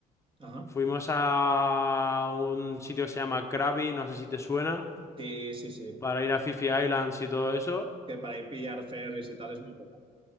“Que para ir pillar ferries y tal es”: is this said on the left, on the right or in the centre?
Right